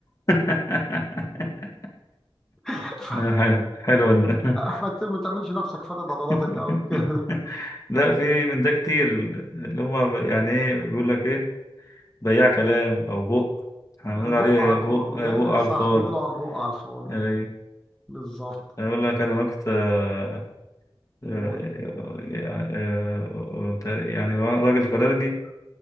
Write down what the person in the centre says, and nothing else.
<laughs> ف...
فما ت- ما تعملش نفسك فرد عضلاتك
قوي كده
بقى
على الفاضي
يا
صح
بيقولوا على البقى على الفاضي
بالظبط
قول